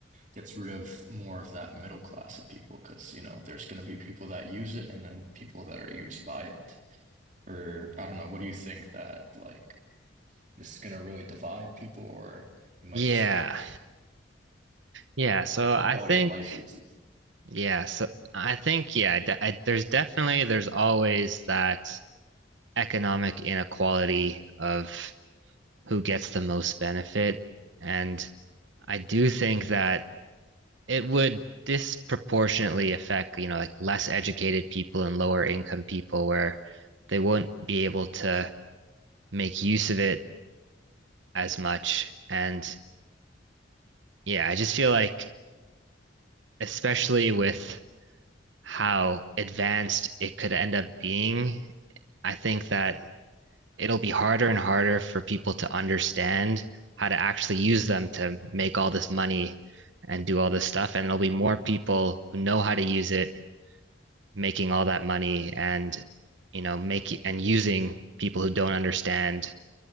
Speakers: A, on the right; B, on the right.
A: gets rid of more of that middle class of people because, you know, there's going to be people that use it and then people that are used by it. Or I don't know, what do you think that like this is going to really divide people or it might
B: Yeah.
A: just make
B: Yeah, so
A: the
B: I
A: quality
B: think
A: of life easy.
B: Yeah, so I think yeah, de I, there's definitely there's always that economic inequality of who gets the most benefit, and I do think that it would disproportionately affect, you know, like less educated people and lower income people where they won't be able to make use of it as much. And yeah, I just feel like especially with how advanced it could end up being, I think that it'll be harder and harder for people to understand how to actually use them to make all this money and do all this stuff. And there'll be more people who know how to use it, making all that money and, you know, making and using people who don't understand